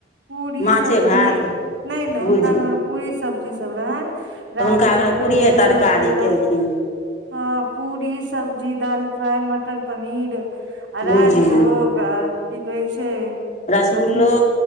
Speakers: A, on the right; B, on the left.
A: पूरी
B: माछे
A: सब्जी
B: भात
A: नहि नहि
B: बुझियौ
A: हुनका घर मे पूरी सब्जी सभ रहैन
B: तऽ
A: राजभोग
B: हुनका घरमे पूड़िये
A: रहै
B: तरकारी
A: रसगुल्ला
B: केलखिन
A: ह पूरी सब्जी दाल फ्राइ मटर पनीर आ
B: बुझियौ
A: राजभोग ओ कि कहै छै
B: रसगुल्लो
A: अथी